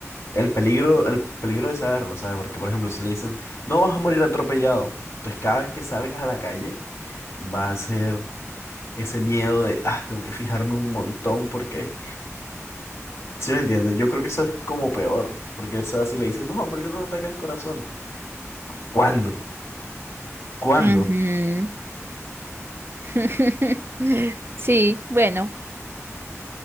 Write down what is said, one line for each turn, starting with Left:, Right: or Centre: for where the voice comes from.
Left: el peligro, el peligro de saberlo, ¿sabes? Porque, por ejemplo, si le dicen, no vas a morir atropellado, entonces cada vez que salgas a la calle va a ser ese miedo de, ah, tengo que fijarme un montón porque, ¿sí me entiendes? Yo creo que eso es como peor, porque, o sea, si le dicen, no, va a morir de un ataque al corazón, ¿cuándo? ¿Cuándo?
Right: Ujú. <laughs> Sí, bueno.